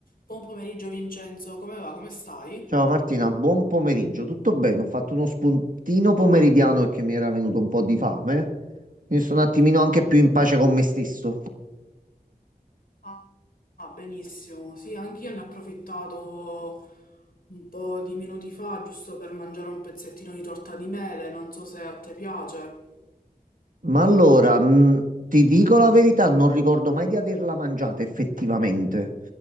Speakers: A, on the left (about 75°); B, on the right (about 60°).
A: Buon pomeriggio Vincenzo, come va? Come stai?
B: Ciao Martina, buon pomeriggio. Tutto bene? Ho fatto uno spuntino pomeridiano perché mi era venuto un po' di fame. Mi sono un attimino
A: Ah,
B: anche più in pace con me stesso.
A: ah, ah, benissimo. Sì, anch'io ne ho approfittato un po' di minuti fa, giusto per mangiare un pezzettino di torta di mele, non so se a te piace.
B: Ma allora, mh, ti dico la verità, non ricordo mai di averla mangiata effettivamente.